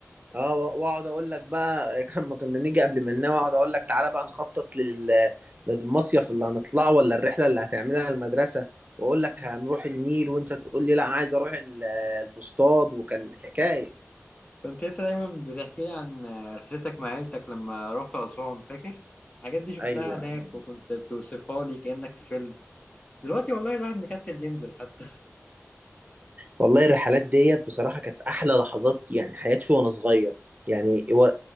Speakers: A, on the right (about 35°); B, on the left (about 25°).
A: اه و- واقعد اقول لك بقى <laughs> لما كنا نيجي قبل ما ننام اقعد اقول لك تعالى بقى نخطط لل... للمصيف اللي هنطلعه ولا الرحله اللي هتعملها المدرسه واقول لك
B: امم
A: هنروح النيل وانت تقول لي لا عايز اروح ال- الفسطاط وكان حكايه
B: كنت انت دايما بتحكي لي عن رحلتك مع عيلتك لما رحت أسوان فاكر؟ الحاجات دي شفتها
A: ايوه
B: هناك وكنت بتوصفها لي كأنك في فيلم دلوقتي والله الواحد مكسل ينزل حتى
A: والله الرحلات ديت بصراحه كانت احلى لحظات يعني حياتي وانا صغير يعني و-